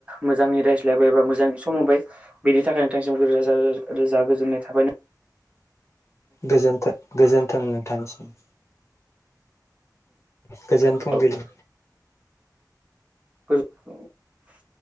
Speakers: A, on the right (about 20°); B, on the left (about 40°).
A: मोजाङै रायज्लायबाय बा मोजाङै सम होबाय। बेनि थाखाय नोंथांसिम ग रोजा रोजा गोजोननाय थाबाय न
B: थों गोजोन्थों नोंथांनिसिम गोजोन फुंबिलि
A: औ <unintelligible>